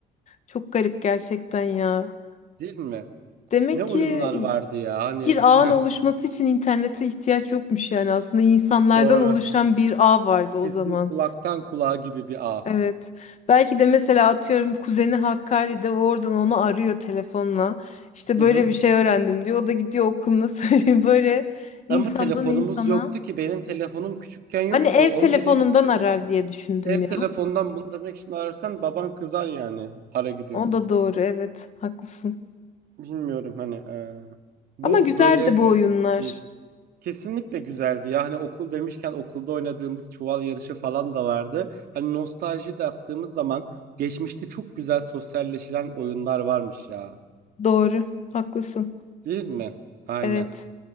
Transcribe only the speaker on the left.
Çok garip gerçekten ya.
Demek
ki
Bir ağın
oluşması için internete ihtiyaç yokmuş yani aslında insanlardan
oluşan bir ağ vardı
o zaman.
Evet. Belki de mesela atıyorum kuzeni Hakkari'de o oradan onu arıyor telefonla. İşte
böyle
bir şey öğrendim diyor. O da gidiyor okuluna <laughs> söylüyor. Böyle insandan
insana.
Hani ev
telefonundan
arar
diye düşündüm
ya.
O
da doğru evet haklısın.
Ama güzeldi
bu oyunlar.
Doğru haklısın.
Evet.